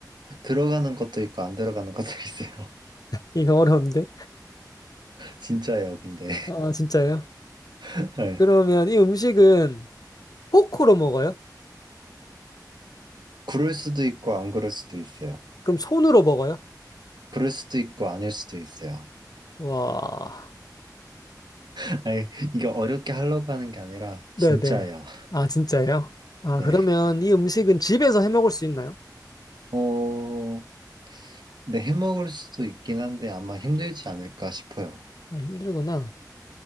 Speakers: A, on the right; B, on the left.
A: 들어가는 것도 있고 안 들어가는 것도 <laughs> 있어요.
B: 이거 어려운데?
A: 진짜예요, 근데.
B: 아, 진짜요?
A: <laughs> 네.
B: 그러면 이 음식은 포크로 먹어요?
A: 그럴 수도 있고 안 그럴 수도 있어요.
B: 그럼 손으로 먹어요?
A: 그럴 수도 있고 아닐 수도 있어요.
B: 와.
A: <laughs> 아니, 이게 어렵게 하려고 하는 게 아니라
B: 네네.
A: 진짜예요. <laughs>
B: 아, 진짜예요? 아,
A: 네.
B: 그러면 이 음식은 집에서 해 먹을 수 있나요?
A: 어, 네, 해먹을 수도 있긴 한데 아마 힘들지 않을까 싶어요.
B: 아, 힘들구나.